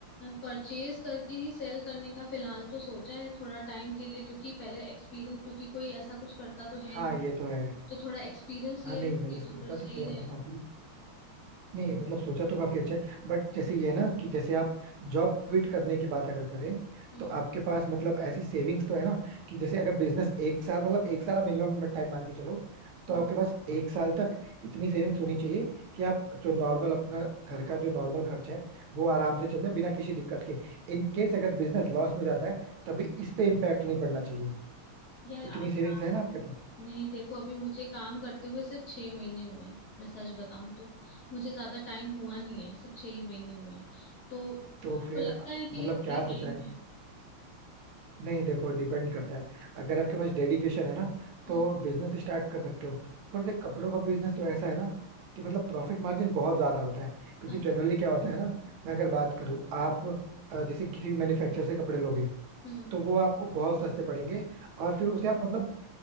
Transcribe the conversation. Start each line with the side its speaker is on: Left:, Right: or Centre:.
Left: परचेज करके ही सेल करने का फिलहाल तो सोचा है थोड़ा टाइम के लिए क्योंकि पहले एक्सपीरियंस क्योंकि कोई ऐसा कुछ करता तो है
Right: हाँ
Left: नहीं
Right: ये तो है
Left: तो थोड़ा एक्सपीरियंस
Right: हाँ
Left: ले
Right: नहीं
Left: लूंगी
Right: मैंने सोचा
Left: तो फिर सही
Right: तो सही आपने
Left: रहेगा
Right: काफी नहीं मतलब सोचा तो काफी अच्छा है बट जैसे ये है ना कि जैसे आप जॉब क्विट करने की बात अगर करें
Left: हम्म
Right: तो आपके पास मतलब ऐसी सेविंग्स तो है ना कि जैसे अगर बिजनेस एक साल मतलब एक साल आप मिनिमम टाइम मान के चलो तो
Left: हम्म
Right: आपके पास एक साल तक इतनी सेविंग्स होनी चाहिए कि आप जो नॉर्मल अपना घर का जो नॉर्मल खर्चा है वो आराम से चल जाए बिना किसी दिक्कत के इन केस अगर बिजनेस लॉस में जाता है तभी इस पे इम्पैक्ट नहीं पड़ना चाहिए
Left: यार
Right: तो इतनी
Left: आप
Right: सेविंग्स
Left: बात
Right: है ना आपके पास
Left: नहीं देखो अभी मुझे काम करते हुए सिर्फ छह महीने हुए हैं मैं सच बताऊं तो मुझे ज्यादा टाइम हुआ नहीं है सिर्फ छह ही महीने हुए हैं तो
Right: तो
Left: आपको
Right: फिर
Left: लगता है कि
Right: मतलब
Left: ये सही
Right: क्या सोचा
Left: टाइम
Right: है
Left: है
Right: नहीं देखो डिपेंड करता है अगर आपके पास डेडिकेशन है ना
Left: हम्म
Right: तो बिजनेस स्टार्ट कर सकते हो पर से कपड़ों का बिजनेस तो ऐसा है ना कि मतलब प्रॉफिट मार्जिन बहुत ज्यादा होता है क्योंकि
Left: हाँ
Right: जनरली क्या होता है ना मैं अगर बात करूँ आप अ, जैसे किसी मैन्युफैक्चर से कपड़े लोगे
Left: हम्म
Right: तो वो आपको बहुत सस्ते पड़ेंगे और फिर उसे आप मतलब